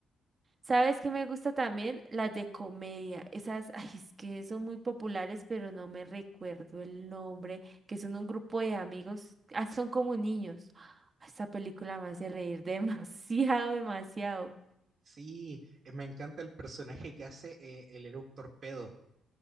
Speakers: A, on the right; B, on the right.
A: ¿Sabes qué me gusta también? Las de comedia. Esas, ay, es que son muy populares, pero no me recuerdo el nombre, que son un grupo de amigos, ah, son como niños. Ah, Esta película me hace reír <laughs> demasiado, demasiado.
B: Sí, eh, me encanta el personaje que hace eh, el Eructor Torpedo.